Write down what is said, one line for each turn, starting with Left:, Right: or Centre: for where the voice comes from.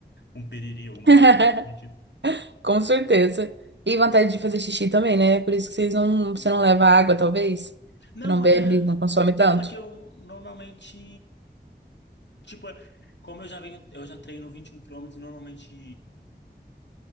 Left: Um periri, alguma
Right: <laughs>
Left: coisa nesse sentido.
Right: Com certeza. E vontade de fazer xixi também, né? Por isso que vocês não, você não leva água, talvez.
Left: Não,
Right: Você não bebe,
Left: até.
Right: não consome tanto.
Left: Só que eu normalmente, tipo, como eu já venho, eu já treino 21 km e normalmente